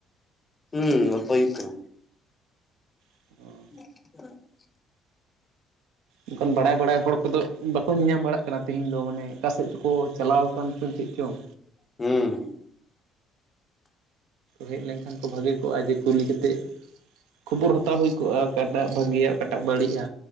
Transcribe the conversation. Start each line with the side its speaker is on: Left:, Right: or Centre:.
Left: ᱦᱩᱸ ᱜᱚᱞᱯᱚ ᱦᱩᱭᱩᱹᱜ ᱠᱟᱱᱟ᱾
Right: ᱚᱻ
Left: <inaudible>
Right: ᱚᱱᱠᱟᱱ ᱵᱟᱲᱟᱹᱭ ᱵᱟᱲᱟᱹᱭ ᱦᱚᱲ ᱠᱚᱫᱚᱹ ᱵᱟᱠᱚ ᱧᱮᱧᱟᱢ ᱵᱟᱲᱟᱹᱜ ᱠᱟᱱᱟ ᱛᱮᱦᱮᱧ ᱫᱚ ᱢᱟᱱᱮ ᱚᱠᱟᱥᱮᱫ ᱪᱚᱠᱚ ᱪᱟᱞᱟᱹᱣ ᱠᱟᱱ ᱪᱚᱝ ᱪᱮᱫ ᱪᱚᱝ᱾
Left: ᱦᱩᱸ᱾
Right: ᱦᱮᱡ ᱞᱮᱱᱹᱠᱷᱟᱱ ᱠᱚ ᱵᱷᱟᱹᱜᱮ ᱠᱚᱜᱼᱟ ᱡᱮ ᱠᱩᱞᱤ ᱠᱟᱛᱮᱫ ᱠᱷᱚᱵᱚᱨ ᱦᱟᱛᱟᱹᱣ ᱦᱩᱭ ᱠᱚᱜᱼᱟ ᱚᱠᱟᱴᱟᱜ ᱵᱷᱟᱹᱜᱮᱭᱟ ᱚᱠᱟᱴᱟᱜ ᱵᱟᱹᱲᱤᱡᱼᱟ᱾